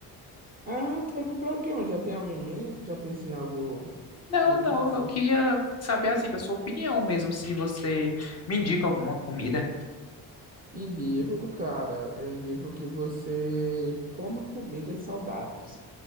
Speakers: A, on the right; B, on the left.
A: Ah, tu vai comprar o quê, mano? Já tem algo em mente? Já pensa em algo
B: Não,
A: meio que
B: não,
A: diferente?
B: eu queria saber assim da sua opinião mesmo, se você me indica alguma comida.
A: Indico, cara, eu indico que você coma comidas saudáveis.